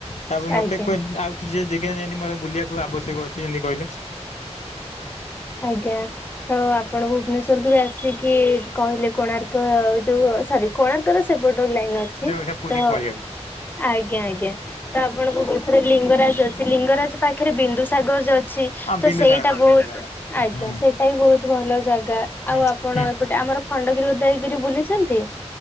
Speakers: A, on the left; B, on the left.
A: ତାପରେ
B: ଆଜ୍ଞା
A: ମତେ କୁ ଆଉ କିଛି ଟା ଜାଗା ଯେମିତି ମୋ ବୁଲିବାକୁ ଆବଶ୍ଯ ସବୁ ଅଛି ଯେମିତି କହିଲେ।
B: ଆଜ୍ଞା ତ ଆପଣ ଭୁବନେଶ୍ଵରକୁ ବି ଆସିକି କହିଲେ କୋଣାର୍କ ଅ ଯୋଉ ସରି। କୋଣାର୍କ ତ ସେପଟ ଲାଇନ ଅଛି
A: ଯୋଉ ପୁରୀ
B: ତ।
A: ପଳେଇ ଆଉଛି
B: ଆଜ୍ଞା ଆଜ୍ଞା ତ ଆପଣଙ୍କୁ କେତେ ଟା ଲିଙ୍ଗରାଜ ଅଛି ଲିଙ୍ଗରାଜ ପାଖରେ ବିନ୍ଦୁ ସାଗର ଯୋଉ ଅଛି
A: ହଁ ବିନ୍ଦୁସାଗର
B: ତ ସେଇଟା ବହୁତ।
A: ହୁଁ
B: ଆଜ୍ଞା
A: ହୁଁ
B: ସେଇଟା ବି ବହୁତ ଭଲ ଜା କା ଆଉ
A: ହୁଁ
B: ଆପଣ ଏପଟେ ଆମର ଖଣ୍ଡଗିରି ଉଦୟଗିରି ବୁଲିଛନ୍ତି?